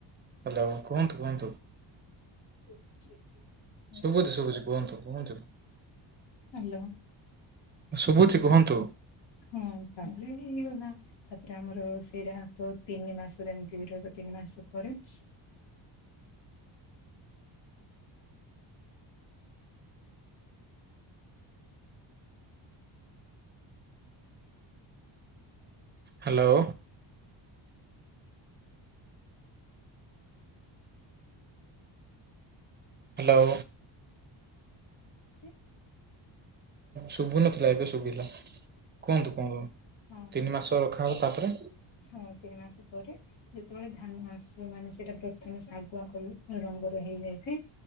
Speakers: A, on the right (about 25°); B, on the left (about 70°).
A: ହାଲୋ କୁହନ୍ତୁ କୁହନ୍ତୁ।
B: ଶୁବୁଚି କି? ନା
A: ଶୁବୁଚି ଶୁବୁଚି କୁହନ୍ତୁ କୁହନ୍ତୁ।
B: ହାଲୋ।
A: ଶୁଭୁଚି କୁହନ୍ତୁ।
B: ହୁଁ ତାପରେ ହେଇଗଲା। ତାପରେ ଆମର ସେଇଟା ତ ତିନି ମାସ ଯେମିତି ବି ରହିବ। ତିନି ମାସ ପରେ
A: ହାଲୋ। ହାଲୋ
B: ଛି
A: ଶୁବୁନଥିଲା ଏବେ ଶୁବିଲା। କୁହନ୍ତୁ କଣ?
B: ହଁ
A: ତିନି
B: ତାପରେ
A: ମାସ ରଖାହବ ତାପରେ
B: ହଁ ତିନି ମାସ ପରେ ଯେତେବେଳେ ଧାନ ଆସିବ ମାନେ ସେଇଟା ପ୍ରଥମେ ଶାଗୁଆ କଲର୍ ରଙ୍ଗର ହେଇଯାଇଥାଏ।